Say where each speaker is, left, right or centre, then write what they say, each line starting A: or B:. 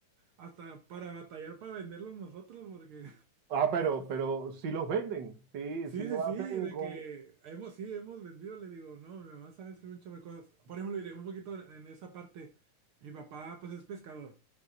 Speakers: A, on the right; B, on the right.
A: hasta para batallar para venderlos nosotros, porque
B: ah, pero, pero si los venden, sí,
A: Sí,
B: si lo
A: sí, sí,
B: hacen
A: de
B: con,
A: que hemos, sí, hemos vendido, le digo, no, mi mamá sabe hacer un chorro de cosas. Por ejemplo, iré un poquito en esa parte, mi papá pues es pescador.